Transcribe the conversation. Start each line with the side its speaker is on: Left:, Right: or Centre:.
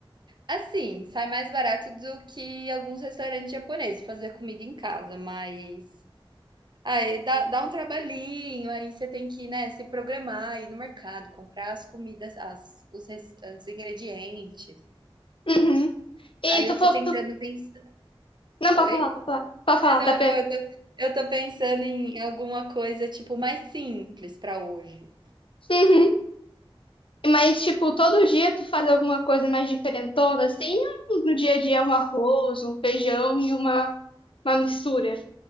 Right: Assim, sai mais barato do que alguns restaurantes japoneses, fazer comida em casa, mas aí dá dá um trabalhinho, aí você tem que, né, se programar, ir no mercado, comprar as comidas, as os res os ingredientes.
Left: Uhum. E
Right: Aí
Left: tu
Right: eu
Left: falou
Right: tô tentando
Left: que tu...
Right: pensar
Left: Não, pode
Right: oi?
Left: falar, pode falar. Pode
Right: <laughs>
Left: falar,
Right: Não,
Left: tá pena.
Right: não, eu tô eu tô pensando em alguma coisa, tipo, mais simples pra hoje.
Left: Uhum. Mas, tipo, todo dia tu faz alguma coisa mais diferentona, assim? ou No dia a dia é um arroz, um feijão e uma, uma mistura.